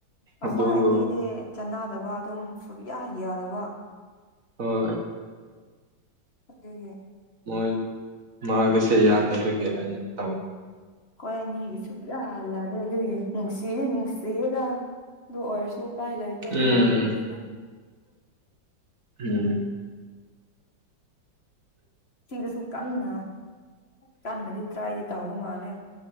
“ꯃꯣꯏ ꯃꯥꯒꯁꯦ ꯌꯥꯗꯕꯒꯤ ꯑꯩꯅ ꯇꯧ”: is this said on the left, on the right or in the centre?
Right